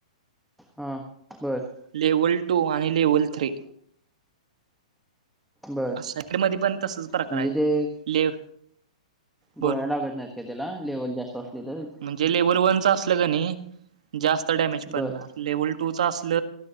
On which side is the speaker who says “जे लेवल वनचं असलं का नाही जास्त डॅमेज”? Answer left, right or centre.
Right